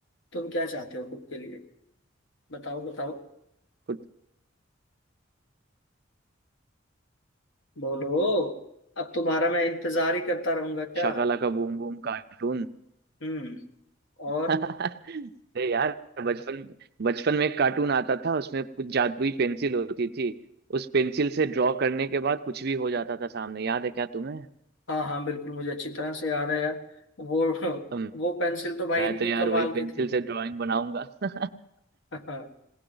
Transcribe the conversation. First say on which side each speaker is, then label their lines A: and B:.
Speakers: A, on the left; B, on the right.
A: तुम क्या चाहते हो खुद के लिए बताओ बताओ
B: कुछ
A: बोलो अब तुम्हारा मैं इंतजार ही करता रहूंगा क्या
B: शाकाला का बूम बूम कार्टून
A: हम्म और
B: <laughs> अरे यार बचपन बचपन में एक कार्टून आता था उसमें कुछ जादुई पेंसिल होती थी उस पेंसिल से ड्रॉ करने के बाद कुछ भी हो जाता था सामने याद है क्या तुम्हें
A: हाँ हाँ बिल्कुल मुझे अच्छी तरह से याद है यार वो
B: अम,
A: वो पेंसिल तो भाई
B: मैं
A: इतनी
B: तो यार
A: कमाल
B: वही
A: की
B: पेंसिल
A: थी
B: से ड्राइंग बनाऊंगा <laughs>
A: <laughs> हाँ,